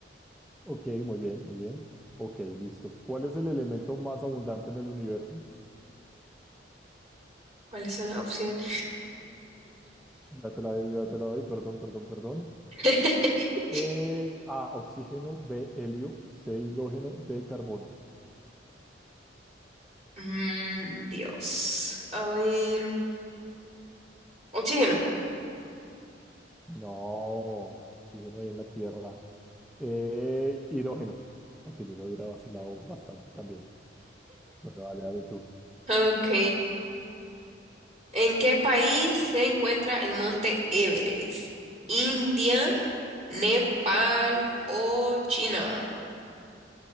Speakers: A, in the centre; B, on the right.
A: Ok, muy bien, muy bien. Ok, listo. ¿Cuál es el elemento más abundante en el universo?
B: ¿Cuáles son las opciones?
A: Ya te la, ya te la doy, perdón, perdón, perdón.
B: <laughs>
A: Eh, A. Oxígeno. B. Helio. C. Hidrógeno. D. Carbono.
B: Mm, Dios. A ver. Oxígeno.
A: No, oxígeno ahí en la Tierra. Eh, hidrógeno. Aunque yo lo hubiera vacilado bastante también. Bueno, dale, dale tú.
B: Ok. ¿En qué país se encuentra el monte Everest? ¿India, Nepal o China?